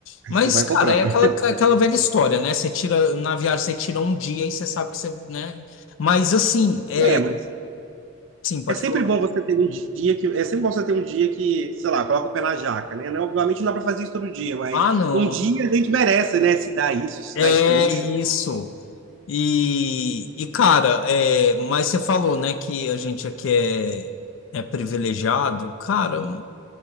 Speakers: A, on the right (about 75°); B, on the left (about 80°).
A: Aí
B: mas,
A: Você vai
B: cara,
A: comprando.
B: é aquela, aquela velha história, né? Você tira, na viagem, você tira um dia e você sabe que você, né? Mas assim, é
A: É, mas
B: assim, pode
A: é sempre
B: falar.
A: bom você ter um dia que. É sempre bom você ter um dia que, sei lá, coloca o pé na jaca, né? Não, obviamente não dá pra fazer isso todo dia, mas
B: Ah, não.
A: um dia a gente merece, né? Se dá isso, se
B: É
A: dá esse luxo
B: isso. E, e cara, é, mas você falou, né, que a gente aqui é, é privilegiado. Cara,